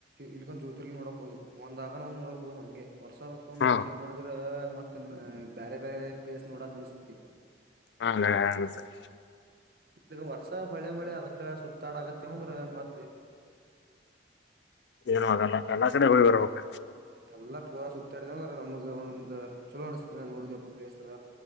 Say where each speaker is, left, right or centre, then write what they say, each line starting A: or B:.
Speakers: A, on the right; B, on the left.
A: ಇಲ್ಲಕಂದ್ರ ಜ್ಯೋತಿರ್ಲಿಂಗ ನೋಡಕ್ ಹೋಗೋದು ಒಂದ್ ಆಗನಾ ಒಂದ್ ನೋಡಕ್ ಹೋಗೋದು ಹಂಗೆ ವರ್ಸ ವರ್ಸ ಒಂದ
B: ಹಾ
A: ಚೇಜ್ ಮಾಡಿದ್ರ ಮತ್ತ್ ಅ ಬ್ಯಾರೆ ಬ್ಯಾರೆ ಪ್ಲೇಸ್ ನೋಡಕ್ ಅನ್ಸತೇತಿ.
B: ಹಾ ನ ಅನಸ್ತೆತ್.
A: ಈಗ ವರ್ಷ ಹೊಳ್ಳೆ ಮಳ್ಳೆ ಅದಕ್ಕ ಸುತ್ತಾಡಕ್ಕತ್ತೇವಂದ್ರ ಮತ್ತ್
B: ಏನು ಆಗಲ್ಲ ಎಲ್ಲ ಕಡೆ ಹೋಗಿ ಬರ್ಬೇಕ.
A: ಎಲ್ಲ ಪೂರ ಸುತ್ತಾಡದೇವ್ ಅಂದ್ರ ನಮಗ ಒಂದ ಚಲೋ ಅನಿಸ್ತೆತ ಎಲ್ಲಾ ನೋಡ್ದೇವ್ ಅಪ್ಪಾ ಪ್ಲೇಸ್ ರ